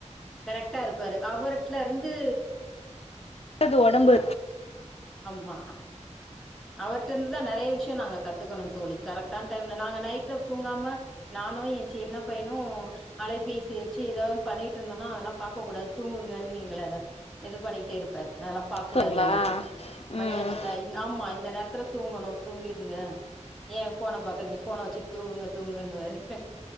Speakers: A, in the centre; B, on the left (about 55°).
A: கரெக்டா இருப்பாரு அவர்ட்ல இருந்து
B: லது ஒடம்பு
A: மா அவர்ட்ட இருந்துதா நறைய விஷயோ நாங்க கத்துக்கணு தோழி கரெக்ட் டான டைம்ல நாங்க நைட்ல தூங்காம நானு என் சின்ன பைனு அலைபேசி வச்சி ஏதாவது ஒன்னு பண்ணிட்ருந்தோனா அதெல்லா பாக்க கூடாது தூங்குங்கன் எங்கள இது பண்ணிட்டே இருப்பாரு அதெல்லா பாக் கூடாது
B: சரிங்களா
A: மணியாச்சில
B: ம்
A: ஆமா இந்த நேரத்துல தூங்கணு தூங்கிருங்க ஏன் ஃபோன பாக்குறிங்க போன வச்சி தூங்குங்க தூங்குங்கன்னுவாரு